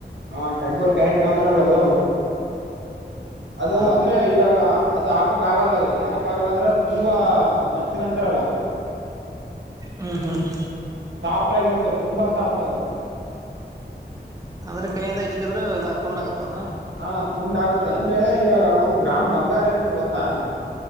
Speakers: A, on the right (about 80°); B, on the right (about 20°).
A: ಹಾ ಟ್ವೆಂಟಿ ಫೋರ್ ಕ್ಯಾರೆಟ್ ಅಂತಾರಲ್ಲ ಅದು ಅದು
B: ಹಾ
A: ಅಂದ್ರೆ ಇವಾಗ ಅದು, ಹಾಕಕ್ ಆಗಲ್ಲ! ಅದು ಯಾಕ ಆಗಲ್ಲ ಅಂದ್ರೆ? ತುಂಬಾ ಮೆತ್ತಗಂತಾರಲ್ಲ! <inaudible>
B: ಹಾ, ಹಾ. <inaudible>
A: ಸಾಫ್ಟ್, ಆಗಿರುತ್ತೆ! ತುಂಬಾ ಸಾಫ್ಟ್ ಆಗಿ? <inaudible>
B: ಅವರ, ಕೈಯಿಂದ ಅಜ್ಜಿದರೆ, ಫೌಂಡ್ ಆಗುತ್ತಾ ಅದು? <inaudible>
A: ಹಾ, ತುಂಡ ಆಗುತ್ತೆ! ಅಂದ್ರೆ ಇವಾಗ ಒಂದು ಗ್ರಾಮ್, ಬಂಗಾರ! ಇರುತ್ತೆ ಗೊತ್ತಾ? <inaudible>